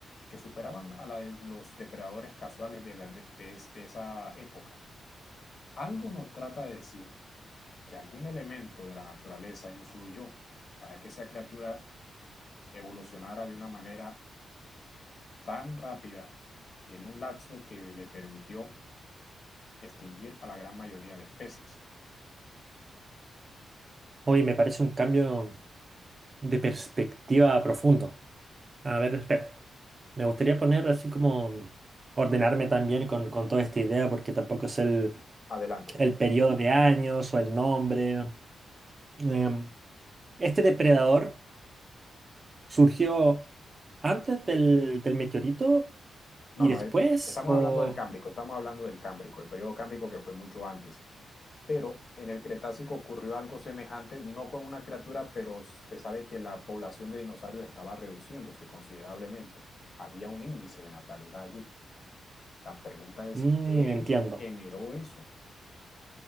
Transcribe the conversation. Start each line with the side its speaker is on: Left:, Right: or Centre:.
Left: que superaban a la de los depredadores casuales de, la, de, de, de esa época. Algo nos trata de decir que algún elemento de la naturaleza influyó para que esa criatura evolucionara de una manera tan rápida y en un lapso que le permitió extinguir a la gran mayoría de especies.
Right: Oye, me parece un cambio de perspectiva profundo. A ver, espera. Me gustaría poner así como ordenarme también con, con toda esta idea porque tampoco es el,
Left: Adelante.
Right: el periodo de años o el nombre. Em, este depredador surgió antes del, del meteorito
Left: No,
Right: y después
Left: no, estamos
Right: o...
Left: hablando del Cámbrico, estamos hablando del Cámbrico, el periodo Cámbrico que fue mucho antes. Pero en el Cretácico ocurrió algo semejante, no con una criatura, pero se sabe que la población de dinosaurios estaba reduciéndose considerablemente. Había un índice de natalidad allí. La pregunta es,
Right: Mm,
Left: ¿qué
Right: entiendo.
Left: generó eso?